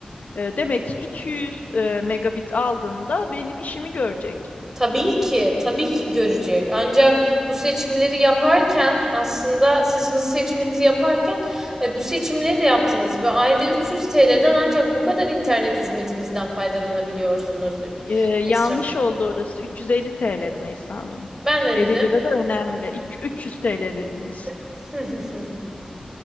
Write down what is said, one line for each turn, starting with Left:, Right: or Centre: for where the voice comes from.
Left: E, demek ki 200 e, megabit aldığımda benim işimi görecek.
Right: Tabii ki, tabii ki görecek. Ancak bu seçimleri yaparken aslında siz hızlı seçiminizi yaparken e, bu seçimleri de yaptınız ve ayda 300 TL'den ancak bu kadar internet hizmetimizden faydalanabiliyorsunuz e,
Left: E, yanlış
Right: Esra. Hanım.
Left: oldu orası. 350 TL Rümeysa Hanım.
Right: Ben de
Left: 50
Right: dedim?
Left: lira da önemli. İki- 300 TL dediniz.
Right: <laughs>